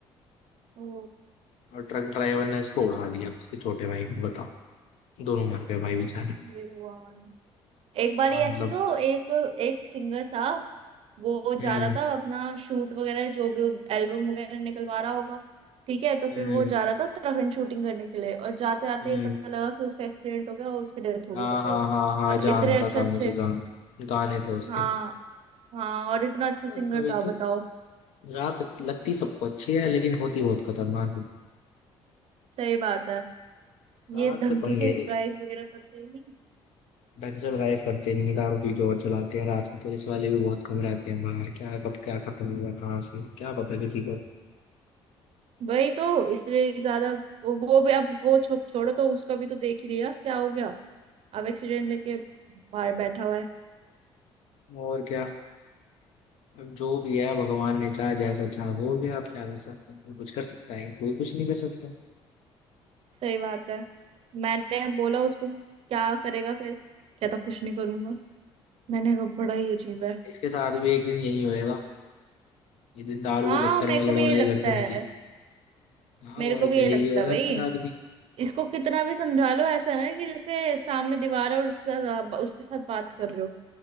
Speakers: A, on the right (about 60°); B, on the left (about 75°).
A: ओ
B: और ट्रक ड्राइवर ने इसको उड़ा दिया उसके छोटे भाई को बताओ दोनों मर गए भाई बेचारे
A: हे भगवान एक बार
B: हाँ
A: ही ऐसी
B: मतलब
A: तो एक एक सिंगर था वो
B: हम्म
A: जा रहा था अपना शूट वगैरह जो भी एल्बम वगैरह निकलवा रहा होगा ठीक है तो फिर
B: हम्म
A: वो जा रहा था उत्तराखंड शूटिंग करने के लिए और जाते जाते
B: हम्म
A: पता लगा कि उसका एक्सीडेंट हो गया और उसकी डेथ हो
B: हाँ
A: गई बताओ
B: हाँ हाँ हाँ
A: और
B: जानता
A: इतने अच्छे
B: था
A: अच्छे
B: मुझे गान गाने थे उसके
A: हाँ हाँ और इतना अच्छा
B: हाँ,
A: सिंगर
B: तभी
A: था
B: तो
A: बताओ
B: रात लगती सबको अच्छी है लेकिन होती बहुत खतरनाक है
A: सही बात है
B: रात
A: ये ढंग
B: से पंगे
A: से ड्राइव
B: नहीं
A: वगैरह करते नहीं
B: ढंग से ड्राइव करते नहीं दारू पी के और चलाते हैं रात में पुलिस वाले भी बहुत कम रहते हैं बाहर क्या कब क्या खत्म हुआ कहाँ से क्या पता किसी को
A: वही तो इसलिए ज्यादा वो, वो भी अब वो छो, छोड़ो तो उसका भी तो देख ही लिया क्या हो गया अब एक्सीडेंट लेके बाहर बैठा हुआ है
B: और क्या अब जो भी है भगवान ने चाहा जैसा चाहा हो गया आप क्या कर सकते हैं कोई कुछ कर सकता है कोई कुछ नहीं कर सकता
A: सही बात है मैंने बोला उसको कि क्या करेगा फिर कहता कुछ नहीं करूंगा मैंने कहा बड़ा ही अजीब है
B: इसके साथ भी एक दिन यही होएगा ये दिन दारू
A: हाँ
B: के चक्कर
A: मेरे
B: में लड़वड़
A: को भी यही
B: के
A: लगता
B: घर से
A: है
B: निकले हाँ
A: मेरे
B: और
A: को भी
B: क्या
A: यही
B: यही
A: लगता
B: होएगा
A: है भाई
B: इसके साथ भी
A: इसको कितना भी समझा लो ऐसा है ना कि जैसे सामने दीवार है और उसके साथ उसके साथ बात कर रहे हो